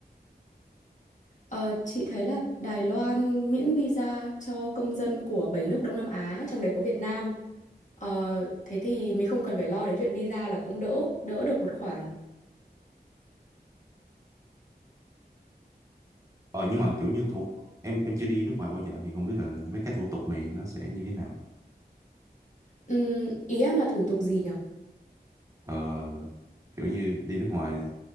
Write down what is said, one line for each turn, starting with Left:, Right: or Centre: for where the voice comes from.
Left: Ờ, chị thấy là Đài Loan miễn visa cho công dân của 7 nước Đông Nam Á, trong đấy có Việt Nam. Ờ, thế thì mình không cần phải lo đến chuyện visa là cũng đỡ, đỡ được một khoản.
Right: ờ nhưng mà kiểu như thủ em em chưa đi nước ngoài bao giờ thì không biết là mấy cái thủ tục này nó sẽ như thế nào
Left: Ừm, ý em là thủ tục gì nhỉ?
Right: ờ, kiểu như đi nước ngoài